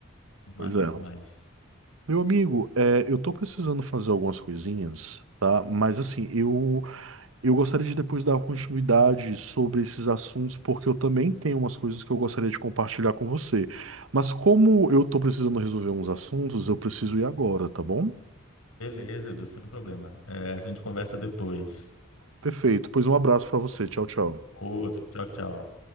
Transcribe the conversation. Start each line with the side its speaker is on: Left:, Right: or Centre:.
Left: Massa
Right: Pois é.
Left: demais.
Right: Meu amigo, é, eu tô precisando fazer algumas coisinhas, tá? Mas, assim, eu. Eu gostaria de depois dar continuidade sobre esses assuntos, porque eu também tenho umas coisas que eu gostaria de compartilhar com você. Mas como eu estou precisando resolver uns assuntos, eu preciso ir agora, tá bom?
Left: Beleza, Edu, sem problema. É, a gente conversa depois.
Right: Perfeito. Pois um abraço para você. Tchau, tchau.
Left: Outro, tchau, tchau.